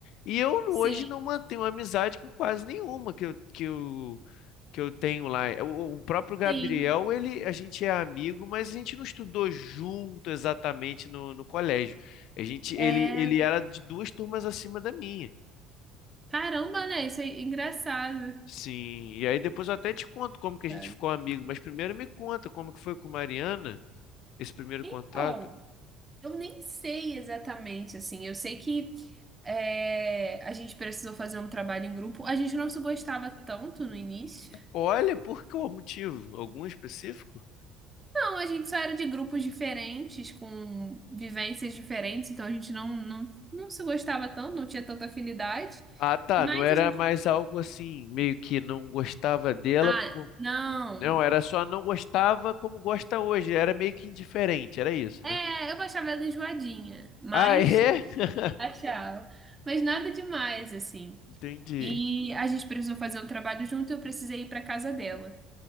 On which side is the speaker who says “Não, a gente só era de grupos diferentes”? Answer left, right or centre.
Right